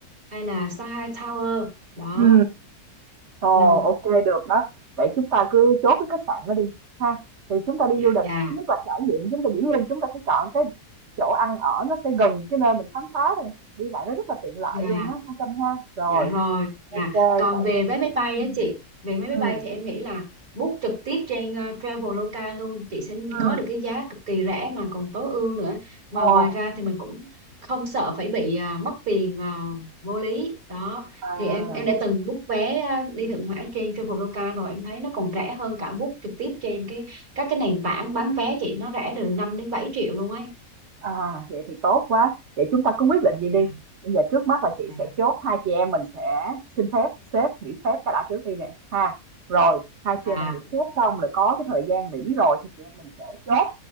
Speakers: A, on the right; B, on the right.
A: hay là Shanghai Tower đó
B: ừ Ồ,
A: ừ.
B: ok được đó. Vậy chúng ta cứ chốt cái khách sạn đó đi ha. Thì chúng ta đi
A: dạ
B: du lịch,
A: dạ
B: thứ nhất là trải nghiệm, chúng ta dĩ nhiên chúng ta phải chọn cái chỗ ăn ở nó sẽ gần cái nơi mình khám phá này, đi lại nó rất là tiện lợi
A: dạ
B: luôn á ha Tâm ha. Rồi,
A: Dạ rồi, dạ.
B: ok
A: Còn
B: vậy
A: về
B: đi.
A: vé máy bay
B: Ừ.
A: á chị, về vé máy bay
B: Ừ.
A: thì em nghĩ là book trực tiếp trên ờ, Traveloka luôn, chị sẽ
B: Ừ.
A: có được cái giá cực kỳ rẻ mà còn tối ưu nữa. Mà
B: Ồ,
A: ngoài ra thì mình cũng không sợ phải bị ờ, mất tiền ờ, vô lý. Đó,
B: à.
A: thì em em đã từng book vé ờ, đi Thượng Hải trên Traveloka rồi, em thấy nó còn rẻ hơn cả book trực tiếp trên cái các cái nền tảng bán vé chị, nó rẻ từ năm đến bảy triệu luôn ấy.
B: À, vậy thì tốt quá. Vậy chúng ta cứ quyết định gì
A: Dạ,
B: đi. Bây giờ trước mắt là chị
A: dạ,
B: sẽ chốt hai chị em mình sẽ xin phép sếp nghỉ phép cái đã trước đi nè ha. Rồi hai
A: dạ,
B: chị em mình nghỉ phép xong rồi có cái thời gian nghỉ rồi thì chị em mình sẽ chốt